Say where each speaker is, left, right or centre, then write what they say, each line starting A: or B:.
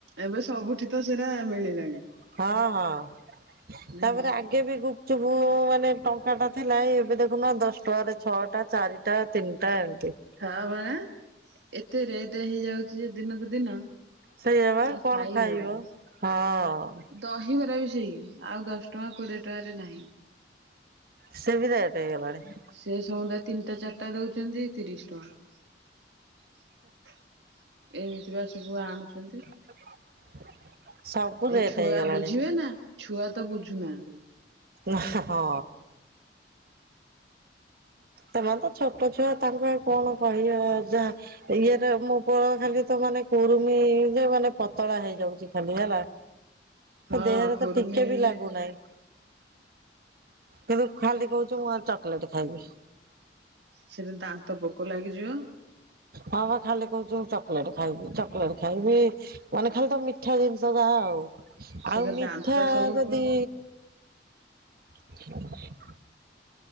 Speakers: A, on the right; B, on the right.
A: ଏବେ ସବୁଠି ତ ସେଟା ମିଳିଲାଣି।
B: ହଁ ହଁ
A: ନାଇଁ
B: ତାପରେ ଆ ବି ଗୁପଚୁପୁ ମାନେ ଟଙ୍କା ଟା ଥିଲା ଏବେ ଦେଖୁନ ଦଶ ଟଙ୍କାରେ ଛଅଟା ଚାରିଟା। ଟା ତିନିଟା ଏମତି।
A: ହଁ ଭ ଏତେ ରେଟ ହେଇଯାଉଛି ଯେ ଦିନକୁ ଦିନ।
B: ସେଇ ହେବା
A: ଆଉ
B: କଣ
A: ଖାଇ
B: ଖାଇବ
A: ହଉନି
B: ହଁ।
A: ଦହିବରା ବି ସେଇ ଆଉ ଦଶ ଟଙ୍କା କୋଡ଼ିଏ ଟଙ୍କାରେ ନାହିଁ।
B: ସେ ବି ରେଟେ ହେଇଗଲାଣି।
A: ସେ ସମୁଦା ତିନିଟା ଚାରିଟା ଦଉଛନ୍ତି ତିରିଶ ଟଙ୍କା। ଏମିତି ବା ସବୁ ଆଣୁଛନ୍ତି।
B: <inaudible> ରେଟ୍
A: ଏଇ ଛୁଆ
B: ହେଇଗଲାଣି
A: ବୁଝିବେ ନା ଛୁଆ ତ ବୁଝୁନାହାନ୍ତି।
B: ନା ହଁ ସେମାନେ ତ ଛୋଟ ଛୁଆ ତାଙ୍କୁ ଆଉ କଣ କହିବା ଯା ଇଏରେ ମୋ ପୁଅ ଖାଲି ତ ମାନେ କୁରୁମି ଯେ ମାନେ ପତଳା ହେଇଯାଉଛି ଖାଲି ହେଲା।
A: ହଁ
B: ଦେହରେ
A: କୁର୍ମି
B: ତ ଟିକେ
A: ହେଲେ
B: ବି ଲାଗୁନାହିଁ। ତେବେ ଖାଲି କହୁଛି ମୁଁ ଆଉ ଚକୋଲେଟ ଖାଇବି।
A: ସେତ ଦାନ୍ତ ପୋକ ଲାଗିଯିବ।
B: ହଁ ବା ଖାଲି କହୁଛ ଚକୋଲେଟ ଖାଇବି ଚକୋଲେଟ ଖାଇବି। ମାନେ ଖାଲି ତ ମିଠା ଜିନିଷ ଯାହା ଆଉ
A: ସେଟା
B: ଆଉ ମିଠା
A: ଦାନ୍ତ ସବୁ
B: ଯଦି
A: ପ
B: <inaudible>